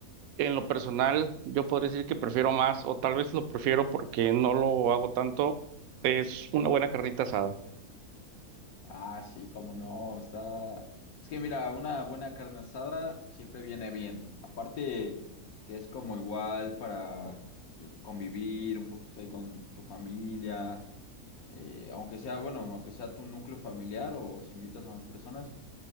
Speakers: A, on the right (about 75°); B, on the left (about 75°).
A: en lo personal yo podría decir que prefiero más, o tal vez lo prefiero porque no lo hago tanto, es una buena carnita asada.
B: Ah, sí, cómo no, está... Es que mira, una buena carne asada siempre viene bien. Aparte que es como igual para convivir un poquito ahí con tu familia, eh, aunque sea, bueno, aunque sea tu núcleo familiar o si invitas a más personas,